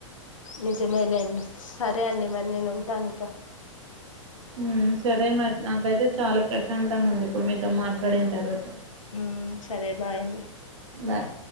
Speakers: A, on the left; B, on the right.
A: ని అయితమే లేండి సరే అండి మరి నేను ఉంటాను ఇక
B: హ్ సరే మరి నాకైతే చాలా ప్రశాంతంగా ఉంది ఇప్పుడు మీతో మాట్లాడిన తర్వాత
A: ఉ సరే బాయ్
B: బాయ్